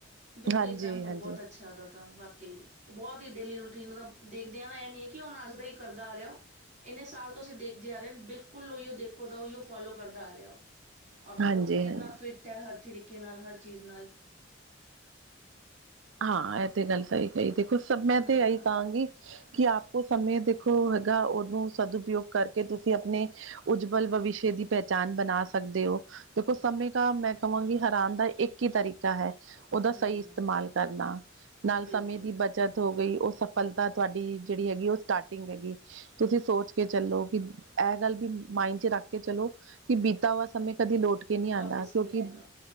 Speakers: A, on the right; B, on the right.
A: ਬਿਲਕੁਲ,
B: ਹਾਂਜੀ-ਹਾਂਜੀ
A: ਐਗਜ਼ਾਮਪਲ ਬਹੁਤ ਅੱਛਾ ਓਦਾ ਹਾਂ ਬਾਕੀ, ਬਹੁਤ ਹੀ ਡੇਲੀ ਰੂਟੀਨ ਤਾਂ ਦੇਖਦਿਆਂ। ਇਹ ਨੀ ਹੈ ਕਿ, ਉਹ ਨੀ ਕਿ ਅੱਜ ਦਾ ਕਰਦਾ ਆ ਰਿਹਾ। ਏਨੇ ਸਾਲ ਤੋਂ ਤੁਸੀੇ ਦੇਖਦੇ ਆ ਰਹੇ ਓ, ਬਿਲਕੁਲ ਓਈ ਓ ਦੇਖੋ ਉਦਾ ਓਈ ਓ ਉਹ ਫੋਲੋ ਕਰਦਾ ਆ ਰਿਹਾ। ਉਹ ਔਰ
B: ਹਾਂਜੀ-ਹਾਂਜੀ
A: ਦੇਖੋ ਕਿੰਨਾ ਫਿੱਟ ਹੈ। ਹਰ ਤਰੀ ਤਰੀਕੇ ਨਾਲ, ਹਰ ਚੀਜ਼ ਨਾਲ
B: ਹਾਂ। ਇਹ ਤੇ ਗੱਲ ਸਹੀ ਕਹੀ, ਦੇਖੋ ਸਭ ਮੈਂ ਤੇ
A: ਹਾਂ
B: ਇਹੀ ਕਹਾਂਗੀ। ਕਿ ਆਪ ਕੋ ਸਮੇਂ ਦੇਖੋ ਹੈਗਾ। ਉਹਨੂੰ ਸਦ ਉਪਯੋਗ ਕਰਕੇ, ਤੁਸੀਂ ਆਪਣੇ ਉਜਵਲ ਭਵਿਸ਼ ਦੀ ਪਹਿਚਾਣ ਬਣਾ ਸਕਦੇ ਓ, ਦੇਖੋ ਸਮੇਂ ਕ ਮੈਂ ਕਹਾਂਗੀ, ਹੈਰਾਨ ਦਾ ਇੱਕ ਹੀ ਤਰੀਕਾ ਹੈ। ਉਹਦਾ
A: ਹੂੰ
B: ਸਹੀ
A: ਹੂੰ
B: ਇਸਤੇਮਾਲ ਕਰਨਾ, ਨਾਲ
A: ਬਿਲਕੁਲ
B: ਸਮੇਂ ਦੀ ਬੱਚਤ ਹੋ ਗਈ। ਉਹ ਸਫਲਤਾ ਤੁਹਾਡੀ ਜਿਹੜੀ ਹੈਗੀ ਉਹ ਸਟਾਰਟਿੰਗ ਹੈਗੀ। ਤੁਸੀਂ ਸੋਚ ਕੇ ਚੱਲੋ ਕਿ ਇਹ ਗੱਲ ਵੀ ਮਾਇਡ ਚ ਰੱਖ ਕੇ ਚਲੋ। ਕਿ ਬੀਤਾ ਹੋਆ ਸਮੇਂ ਕਦੀ ਲਟ ਕੇ ਨਹੀਂ ਆਉਂਦਾ।
A: ਵਾਪਿਸ
B: ਕਿਉਂਕਿ,
A: ਨਹੀਂ ਆਏਗਾ